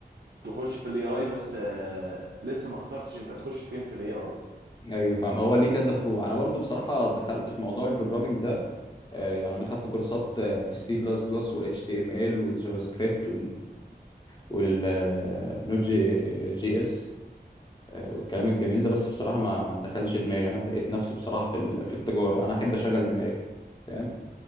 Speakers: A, on the right; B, on the left.
A: تخش في الاي اي بس آه، لسه ما اخترتش انت تخش فين في الاي اي
B: ايوه فاهم هو ليه كذا فروع انا برضو بصراحه دخلت في موضوع البروجرامنج ده آه، يعني انا خدت كورسات آه، في السي بلس بلس والاتش تي ام ال والجافا سكريبت والنوت جي جي اس آه، والكلام الجميل ده بس بصراحه ما ما دخلش دماغي انا لقيت نفسي بصراحه في ال- في التجاره انا احب اشغل دماغي فاهم